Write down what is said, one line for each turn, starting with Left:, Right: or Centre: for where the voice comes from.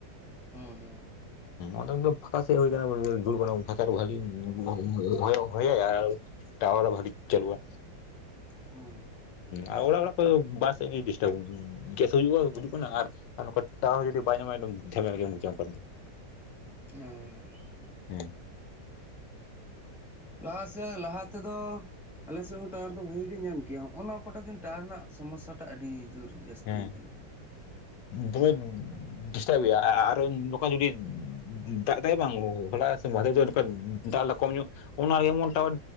Centre: ᱦᱩᱸ ᱦᱩᱸ
Left: ᱟᱫᱚ ᱱᱚᱛᱮ ᱯᱷᱟᱠᱟ ᱥᱮᱫ ᱦᱩᱭ ᱠᱟᱱᱟ᱾ <unintelligible> ᱠᱷᱟᱛᱟᱨ ᱵᱷᱟᱹᱞᱤ <unintelligible> ᱦᱚᱭ ᱦᱚᱭᱟᱭᱟᱨ ᱴᱟᱣᱟᱨ ᱵᱷᱟᱹᱜᱤ ᱪᱟᱹᱞᱩᱜᱼᱟ᱾
Centre: ᱦᱚᱸ᱾
Left: ᱟᱨ ᱚᱲᱟᱜ ᱚᱲᱟᱜ ᱠᱚ ᱵᱟᱦᱨᱮ ᱥᱮᱫ ᱜᱮ ᱰᱤᱥᱴᱟᱵᱽ ᱜᱮᱥ ᱦᱩᱭᱩᱜᱼᱟ ᱜᱩᱡᱩᱜ ᱠᱟᱱᱟ ᱟᱨ ᱱᱚᱝᱠᱟ ᱴᱟᱣᱟᱨ ᱡᱩᱫᱤ ᱵᱟᱭ ᱧᱟᱢᱟ ᱮᱠᱫᱚᱢ ᱛᱷᱮᱢᱮᱨ ᱜᱮᱢ ᱵᱩᱡᱷᱟᱣᱟ ᱚᱱᱠᱟ
Centre: ᱦᱮᱸᱻ
Left: ᱦᱩᱸ
Centre: ᱞᱟᱦᱟ ᱥᱮᱫ ᱞᱟᱦᱟ ᱛᱮᱫᱚ ᱟᱞᱮ ᱥᱮᱫ ᱦᱚᱸ ᱴᱟᱣᱟᱨ ᱠᱚ ᱵᱷᱟᱜᱮ ᱜᱮ ᱧᱟᱢ ᱠᱮᱭᱟᱢ ᱚᱱᱟ ᱠᱚᱴᱟᱜ ᱫᱤᱱ ᱴᱟᱣᱟᱨ ᱨᱮᱱᱟᱜ ᱥᱚᱢᱚᱥᱥᱟ ᱴᱟ ᱟᱹᱰᱤ ᱡᱳᱨ ᱡᱟᱹᱥᱛᱤ
Left: ᱦᱮᱸ
Centre: ᱠᱟᱱᱟ᱾
Left: ᱫᱚᱢᱮ ᱰᱤᱥᱴᱟᱵᱮᱜᱼᱟ ᱟᱨᱚᱧ ᱱᱚᱝᱠᱟ ᱡᱩᱫᱤ ᱫᱟᱜ ᱫᱟᱭ ᱵᱟᱝ ᱦᱚᱞᱟᱜ ᱥᱮ ᱢᱟᱫᱷᱮᱨ ᱦᱤᱞᱚᱜ ᱱᱚᱝᱠᱟ ᱫᱟᱜ ᱞᱮᱫᱟ ᱠᱚᱢ ᱧᱚᱜ ᱚᱱᱟ ᱜᱮ ᱡᱮᱢᱚᱱ ᱴᱟᱣᱟᱨ